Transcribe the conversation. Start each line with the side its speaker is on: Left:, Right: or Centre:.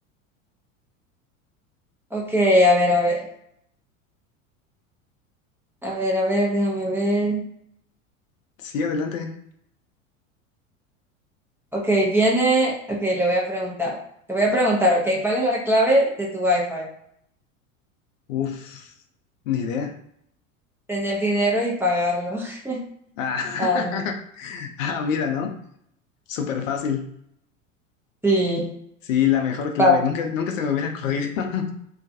Centre: Ok, a ver, a ver. A ver, a ver, déjame ver.
Left: Sí, adelante.
Centre: Ok, viene, ok, le voy a preguntar. Te voy a preguntar, ok, ¿cuál es la clave de tu Wi-Fi?
Left: Uf, ni idea.
Centre: Tener dinero y pagarlo. <laughs>
Left: Ah, <laughs>
Centre: Ay, no.
Left: ah, mira, ¿no? Súper fácil.
Centre: Sí,
Left: Sí, la mejor clave.
Centre: va.
Left: Nunca, nunca se me hubiera ocurrido. <laughs>